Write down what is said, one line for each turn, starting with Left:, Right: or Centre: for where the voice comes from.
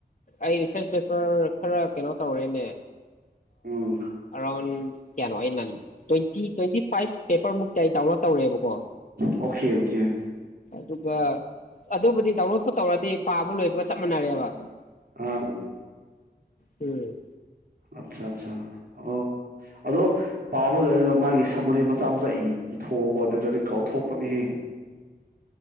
Left: ꯑꯩ ꯔꯤꯁꯔꯆ ꯄꯦꯄꯔ ꯈꯔ ꯀꯩꯅꯣ ꯇꯧꯔꯦꯅꯦ
Right: ꯎꯝ
Left: ꯑꯔꯥꯎꯟ ꯀꯌꯥꯅꯣ ꯑꯩ ꯅ ꯇ꯭ꯋꯦꯟꯇꯤ ꯇ꯭ꯋꯦꯟꯇꯤ ꯐꯥꯏꯚ ꯄꯦꯄꯔꯃꯨꯛꯇꯤ ꯑꯩ ꯗꯥꯎꯟꯂꯣꯗ ꯇꯧꯔꯦꯕꯀꯣ
Right: ꯑꯣꯀꯦ ꯑꯣꯀꯦ
Left: ꯑꯗꯨꯒ ꯑꯗꯨꯕꯨꯗꯤ ꯗꯥꯎꯟꯂꯣꯗꯣ ꯇꯧꯔꯗꯤ ꯄꯥꯕ ꯂꯣꯏꯕꯒ ꯆꯞ ꯃꯥꯟꯅꯔꯦꯕ
Right: ꯑꯝ꯫
Left: ꯎꯝ꯫
Right: ꯑꯠꯆꯥ- ꯑꯠꯆꯥ ꯑꯣ ꯑꯗꯣ ꯄꯥꯕ ꯂꯣꯏꯔꯒ ꯃꯥꯒꯤ ꯁꯃꯔꯤ ꯃꯆꯥ- ꯃꯆꯥ ꯏꯊꯣꯛꯑꯀꯣ ꯅꯠꯇ꯭ꯔꯗꯤ ꯀꯥꯎꯊꯣꯛꯄꯅꯤꯍꯦ꯫